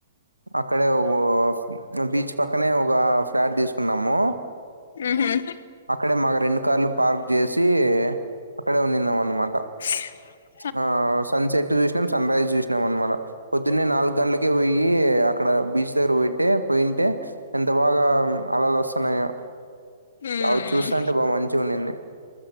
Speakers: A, on the right; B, on the left.
A: అక్కడే ఓ బీచ్ పక్కనే ఒక ఫ్లాట్ తీసుకున్నాము
B: హూ హమ్
A: అక్కడే మాకు రెండు కార్లు పార్క్ చేసి అక్కడే ఉందాం అనమాట
B: స్
A: ఆ సన్ సెట్ చూసినాం సన్ రైజ్ చూసినాం అనమాట పొద్దున్నే నాలుగు గంటలకే పోయి అక్కడ బీచ్ దగ్గర పే ట్టే పోయింటే ఎంత బాగా అలలు వస్తున్నాయో
B: ఉమ్
A: అవి చూస్తుంటే బాగా మంచిగా ఉన్నింది